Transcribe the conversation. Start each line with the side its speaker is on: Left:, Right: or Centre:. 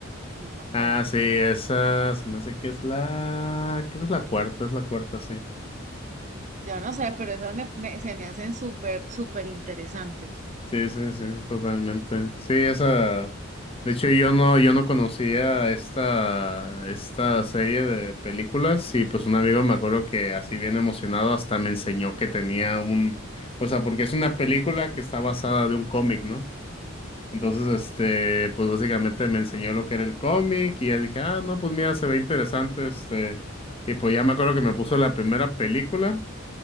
Right: No me acuerdo.
Left: Ah, sí, esa se me hace que es la, creo que es la cuarta, es la cuarta, sí.
Right: Yo no sé, pero esas me- me-
Left: La-
Right: se me hacen súper, súper interesantes.
Left: Sí, sí, sí, totalmente. Sí, esa. De hecho, yo no, yo no conocía esta, esta serie de películas y pues un amigo me acuerdo que así bien emocionado hasta me enseñó que tenía un, o sea, porque es una película que está basada de un cómic, ¿no? Entonces, este, pues básicamente me enseñó lo que era el cómic y ya dije, ah, no, pues mira, se ve interesante, este, y pues ya me acuerdo que me puso la primera película.